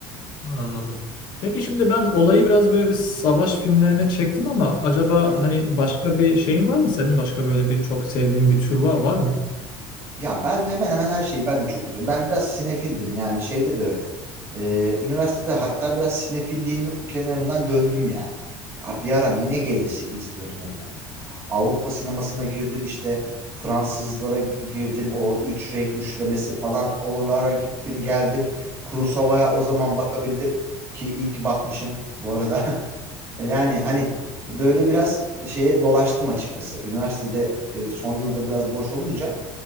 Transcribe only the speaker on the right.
Hı.
Ya ben hemen hemen her şeyi ben de çok izliyorum. Ben biraz sinefildim yani şeyde de öyle. Ee, üniversitede hatta biraz sinefilliğin kenarından döndüm yani. Ha, Bir ara ne gelirse izliyordum önüme. Avrupa
sinemasına girdim işte Fransızlara girdim o üç renk üçlemesi falan oralara gittim geldim. Kurosawa'ya
o zaman bakabildim ki iyi ki bakmışım bu arada. <laughs> Yani hani böyle biraz şeye dolaştım açıkçası. Üniversitede e, son yılda biraz boş olunca